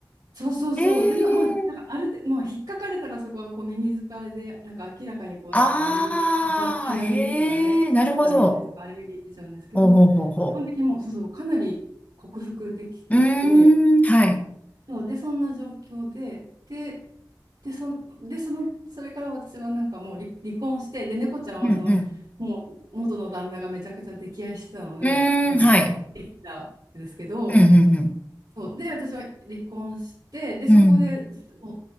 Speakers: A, on the right (about 85°); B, on the left (about 20°).
A: そうそうそう。
B: えー、
A: で、なまあ、なんかある程度、もう引っかかれたらそこはこうミミズバレで、なんか明らかにこうなんかアレルギー、
B: ああ、
A: な、鼻水とかね、
B: へえ、なるほど。
A: 猫ちゃんの鼻水とかアレルギー出ちゃうんですけど、
B: ほうほうほうほ
A: 基本的にもう、そうそう、かなり克服できてて、
B: う。うーん、はい。
A: そう、で、そんな状況で、で、で、その、で、その、それから私はなんかもう離、離婚して、で、猫ちゃんはその、
B: うん、う
A: もう元の旦那がめちゃくちゃ溺愛してたので、
B: ん。うーん、
A: もう、
B: はい。
A: できたんですけど、
B: うん、
A: そう、で、私は離婚して、で、そこで、
B: うん、うん。うん、
A: も